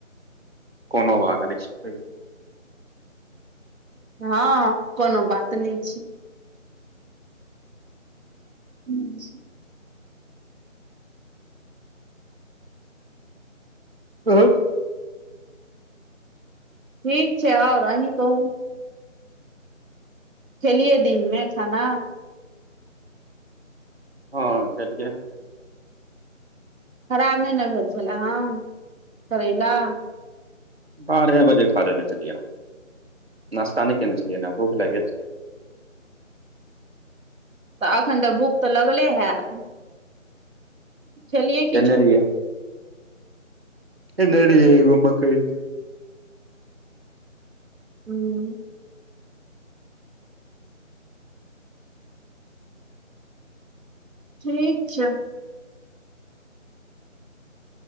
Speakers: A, on the right; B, on the right.
A: कोनो बात नय छै ओयलेल
B: हँ कोनो बात नय छै हूँ
A: <inaudible>
B: नीक छै ओर अहीं कहू खेलियै दिनमे खाना
A: हँ खेलियै
B: खराब नय न भेल छलाह हन करैला
A: बारहे बजे खा लेने छलिया हम नास्ता नै केने छलियै ने भूख लाइग गेल छल
B: तऽ एखन तऽ भूख तऽ लगले हैत खेलियै
A: खेने
B: किछो
A: रहियै खेने रहियै एगो मकइ
B: हूँ ठीक छै